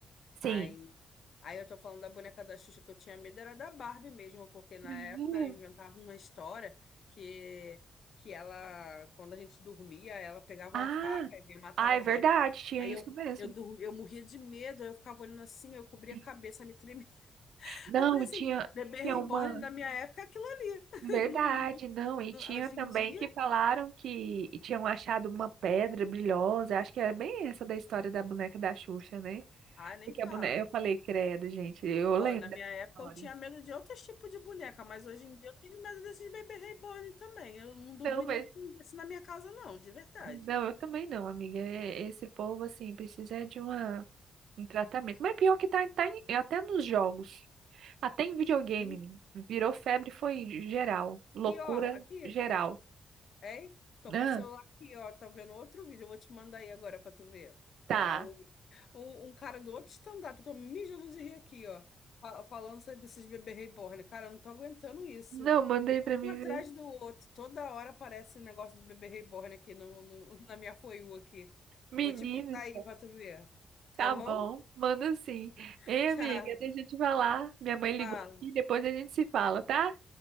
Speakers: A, on the right (about 80°); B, on the left (about 55°).
A: Sim.
B: Aí, aí eu tô falando da boneca da Xuxa que eu tinha medo, era da Barbie mesmo, porque na
A: Uhum.
B: época inventava uma história que, que ela, quando a gente dormia, ela pegava
A: Ah,
B: uma faca e vinha matar
A: ah,
B: a
A: é
B: gente.
A: verdade, tinha
B: Aí
A: isso
B: eu,
A: mesmo.
B: eu, dormi, eu morria de medo, eu ficava olhando assim, eu cobria
A: Sim.
B: a cabeça, me tremia
A: Não,
B: eu falei
A: e
B: assim,
A: tinha,
B: bebê
A: tinha
B: reborn
A: uma.
B: na minha época é aquilo ali.
A: Verdade,
B: <laughs> Não- não-
A: não. E
B: não-
A: tinha
B: hoje
A: também
B: em dia,
A: que falaram que tinham achado uma pedra brilhosa. Acho que era bem essa da história da boneca da Xuxa, né?
B: ah, nem
A: Porque
B: fala.
A: a boneca, eu falei, credo, gente, eu lembro
B: Ó, na
A: dessa
B: minha época
A: história.
B: eu tinha medo de outros tipos de boneca, mas hoje em dia eu tenho medo desses bebê reborn também. Eu não dormiria
A: Não, mas.
B: com um desse na minha casa, não, de verdade.
A: Não, eu também não, amiga. É- Esse povo, assim, precisa é de uma, um tratamento. Mas pior que tá, tá em- até nos jogos. Até em videogame
B: Sim.
A: virou febre, foi geral. Loucura
B: E ó, aqui.
A: geral.
B: Ei, tô
A: Ah,
B: com o celular aqui, ó. Tá vendo outro vídeo. Eu vou te mandar aí agora pra tu ver.
A: tá.
B: Tá? Um, um, um cara do outro stand-up. Eu tô me mijando de rir aqui, ó. fa- Falando sobre esses bebês reborn. Cara, eu não tô aguentando isso.
A: Não, mandei
B: E é
A: pra mim
B: um atrás
A: ver.
B: do outro. Toda hora aparece um negócio de bebê reborn aqui no, no- na minha For You aqui.
A: Menino,
B: Vou te mandar aí pra tu ver. Tá
A: tá
B: bom?
A: bom. Manda sim.
B: <laughs>
A: Ei,
B: Tchau.
A: amiga, deixa eu te falar. Minha mãe ligou
B: Fala.
A: aqui, depois a gente se fala, tá?